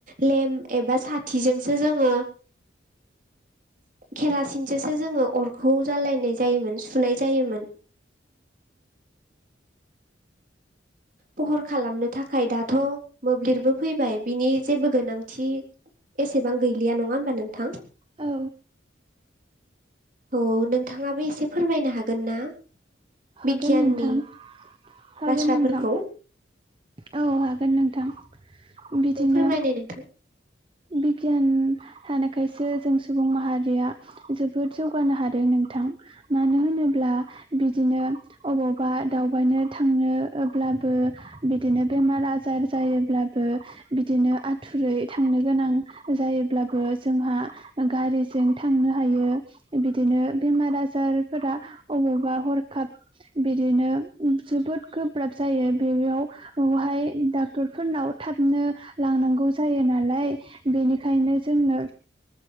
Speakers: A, on the right; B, on the right.
A: लेम एबा साथिजोंसो जोङो केरासिनजोंसो जोङो अरखौ जालायनाय जायोमोन सुनाय जायोमोन। फहर खालामनो थाखाय दाथ' मोब्लिबबो फैबाय बिनि जेबो गोनांथि एसेबां गैलिया नङा होमबा नोंथां?
B: औ
A: औ नोंथाङाबो एसे फोरमायनो हागोन ना?
B: हागोन
A: बिगियाननि
B: नोंथां हागोन
A: बाथ्राफोरखौ
B: नोंथां औ हागोन नोंथां बिदिनो
A: औ फोरमायनाय नोंथां?
B: बिगियान हानायखायसो जों सुबुं माहारिया जोबोद जौगानो हादों नोंथां मानो होनो होब्ला बिदिनो अबावबा दावबायनो थांनोब्लाबो बिदिनो बेमार आजाय जायोब्लाबो बिदिनो आथुरै थांनो गोनां जायोब्लाबो जोंहा गारिजों थांनो हायो बिदिनो बेमार आजारफोरा अबावबा हरखाब बिदिनो जोबोद गोब्राब जा आयो बेयाव औहाय डाक्टर फोरनाव थाबनो लांनांगौ जायो नालाय बेनिखायनो जोंनो